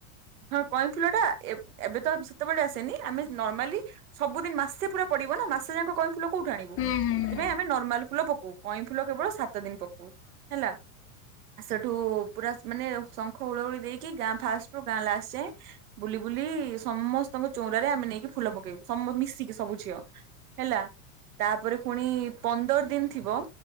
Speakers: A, on the right; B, on the left.
A: ହଁ କଇଁ ଫୁଲ ଟା ଏବ୍ ଏବେ ତ ସେତେବେଳେ ଆସେନି ଆମେ ନର୍ମାଲି ସବୁଦିନ ମାସେ ପୁରା ପଡିବ ନା ମାସେ ଯାକ କଇଁ ଫୁଲ କୋଉଠୁ ଆଣିବୁ
B: ହୁଁ
A: ସେଥିପାଇଁ
B: ହୁଁ ହୁଁ
A: ଆମେ ନର୍ମାଲ ଫୁଲ ପକଉ। କଇଁ ଫୁଲ କେବଳ ସାତ ଦିନ ପକଉ ହେଲା। ସେଠୁ-ଉ-ଉ-ଉ ପୁରା ମାନେ ଶଙ୍ଖ ହୁଳହୁଳି ଦେଇକି ଗାଁ ଫାଷ୍ଟ ରୁ ଗାଁ ଲାଷ୍ଟ ଯାଏଁ ବୁଲି ବୁଲି ସମସ୍ତଙ୍କ ଚଉରାରେ ଆମେ ନେଇକି ଫୁଲ ପକେଇବୁ ସମ ମିଶିକି ସବୁ ଝିଅ ହେଲା। ତାପରେ ପୁଣି ପନ୍ଦର ଦିନ ଥିବ